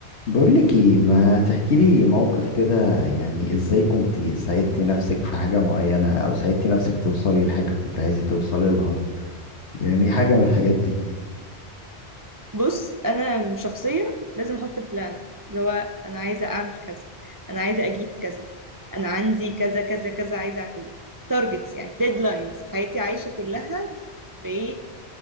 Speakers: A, on the left; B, on the right.
A: بقولك ايه ما تحكيلي موقف كده يعني ازاي كنت ساعدتي نفسك في حاجة معينة او ساعدتي نفسك توصلي لحاجة كنت عايزة توصلي لها يعني حاجة من الحاجات دي
B: بص انا شخصيه لازم احط بلان اللي هو انا عايزه اعمل كذا انا عايزه اجيب كذا انا عندي كذا كذا كذا عايزه اعمله تارجتس يعني ديدلاينز حياتي عايشه كلها بايه